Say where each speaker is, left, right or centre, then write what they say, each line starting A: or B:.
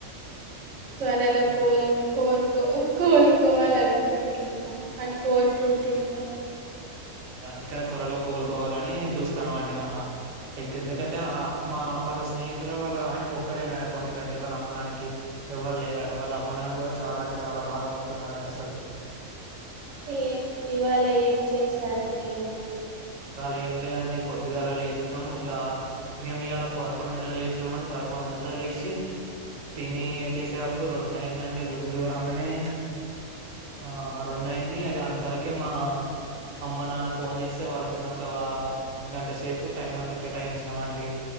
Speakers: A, on the right; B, on the right.
A: త్వరలో
B: ఇంట్
A: కోల్ కో కో కోల్ కో కోవాల అనుకుంటున్నా అని కోరుకుంటున్నా
B: అందుకని త్వరలో కోలుకోవాలని చూస్తున్నాం అండి ఎందుకంటే మా వాళ్ళ స్నేహితులు వాళ్ళ ఆయనకు ఒక్కడంటా కొడుకండి వాళ్ళ అమ్మ నాకి ఎవరు లేరట వాళ్ళ అమ్మ నాన్న కూడా చాలా అంటే చాలా బాధపడుతున్నారు అసలు
A: ఏ ఇవాళ ఏం చేసారు మీరు
B: ఇవాళ ఏం లేదండి పొద్దిగాలా లేసినాం ఇట్లా మేము ఇవాలా పదకొండు గంటలు లేచినామని పదకొండు గంటలు లేచి తిని చేసే వరకు రెండు అయిందండి రెండు కంగానే ఆ రెండు ఆఇంది ఇగ అంతలకే మా అమ్మ నాన్న ఫోన్ చేస్తె వాళ్ళక్ తోని ఒక వ గంట సేపు టైం అంతా కేటాయించినామండి